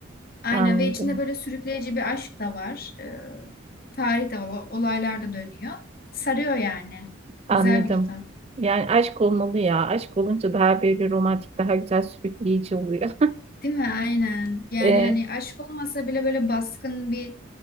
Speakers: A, on the left (about 50°); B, on the right (about 30°).
A: Aynen
B: Anladım.
A: ve içinde böyle sürükleyici bir aşk da var. Ee, tarih de var, o- olaylar da dönüyor. Sarıyor yani.
B: Anladım.
A: Güzel bir kitap.
B: Yani aşk olmalı ya. Aşk olunca daha böyle romantik, daha güzel, sürükleyici oluyor.
A: Değil mi? Aynen. Yani
B: <laughs>
A: hani aşk olmasa bile böyle baskın bir